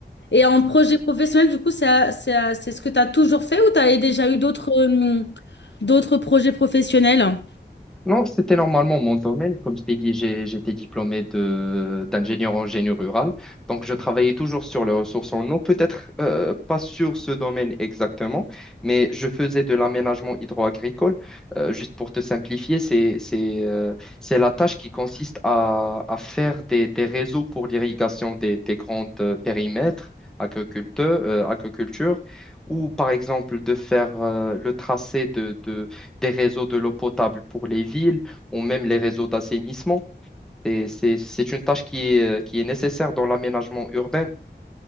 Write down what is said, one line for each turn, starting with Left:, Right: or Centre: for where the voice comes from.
Left: Et en projet professionnel, du coup, c'est c'est c'est ce que tu as toujours fait ou tu as déjà eu d'autres euh, d'autres projets professionnels?
Centre: Non, c'était normalement mon domaine. Comme je t'ai dit, j'ai- j'étais diplômé de d'ingénieur en génie rural. Donc, je travaillais toujours sur les ressources en eau, peut-être euh, pas sur ce domaine exactement, mais je faisais de l'aménagement hydro-agricole. Euh, juste pour te simplifier, c'est c'est euh, c'est la tâche qui consiste à, à faire des, des réseaux pour l'irrigation des, des grands euh, périmètres agriculteurs, euh, agriculture, ou par exemple de faire euh, le tracé des réseaux de l'eau potable pour les villes ou même les réseaux d'assainissement. Et c'est, c'est une tâche qui est, euh, qui est nécessaire dans l'aménagement urbain.